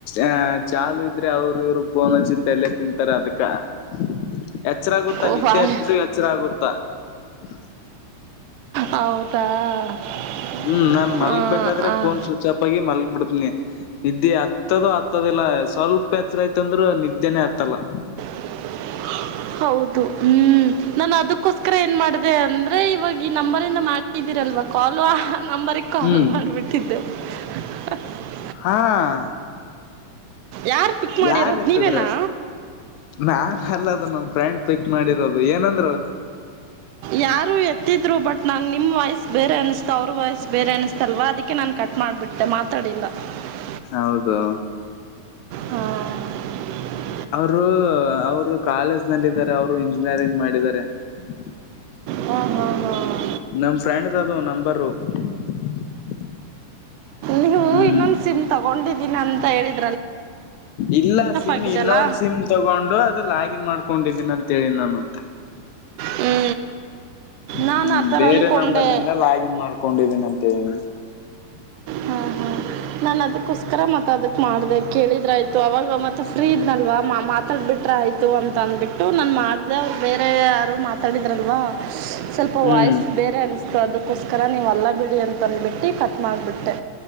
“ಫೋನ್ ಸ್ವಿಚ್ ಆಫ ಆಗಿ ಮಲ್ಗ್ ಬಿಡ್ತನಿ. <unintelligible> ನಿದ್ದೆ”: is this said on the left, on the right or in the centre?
Left